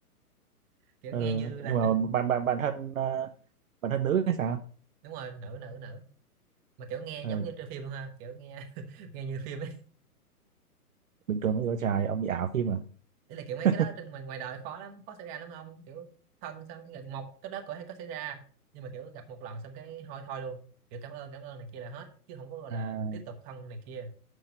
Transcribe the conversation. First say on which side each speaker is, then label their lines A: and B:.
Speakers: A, on the right (about 20°); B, on the right (about 60°).
A: kiểu
B: ờ
A: nghe như là
B: nhưng mà
A: trinh
B: bản bản bản thân ờ, bản thân nữ hay sao
A: đúng rồi nữ nữ nữ mà kiểu nghe
B: ờ
A: giống như trên phim luôn ha kiểu nghe <laughs> nghe như phim ấy
B: bình thường với đứa trai ông bị ảo phim à
A: đấy là kiểu mấy
B: <laughs>
A: cái đó trên ngoài ngoài đời khó lắm khó xảy ra lắm ông kiểu thân xong cái một cái đó có thể có xảy ra nhưng mà kiểu gặp một lần xong cái thôi thôi luôn kiểu cảm ơn cảm ơn này kia là hết chứ không có gọi
B: à
A: là tiếp tục thân này kia